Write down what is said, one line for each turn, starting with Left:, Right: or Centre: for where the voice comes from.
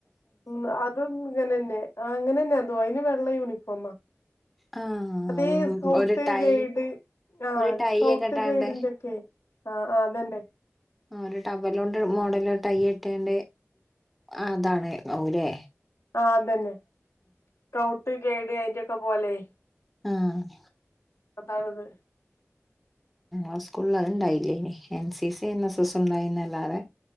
Left: ഉ അതും ഇങ്ങനെന്നെ അങ്ങനെ തന്നെയ അതു അയിന് വെള്ള യൂണിഫോമാ
Centre: ആ
Left: അതേ
Centre: ഉം,
Left: സ്കൗട്ട്
Centre: ഒരു ടൈ
Left: ഗൈഡ് ആ
Centre: ഒരു ടൈ
Left: സ്കൗട്ട്
Centre: ഒക്കെ ഇട്ടാണ്ട്
Left: ഗൈഡിന്റെ ഒക്കെ ആ ആ അത് ത ന്നെ
Centre: ആ ഒരു ടവ്വൽ ഒണ്ട് മോഡൽ ടൈ കെട്ടി അത് അവുലേ
Left: ആ അതന്നെ സ്കൗട്ട് ഗൈഡ് അയിന്റ പോലേ
Centre: ആഹ്
Left: അതാണത്
Centre: ആ സ്കൂളിൽ അത് ഇണ്ടായില്ലേ ഇനി എൻ സി എസി എൻ എസ് എസ് ഉണ്ടായിന്നല്ലാതെ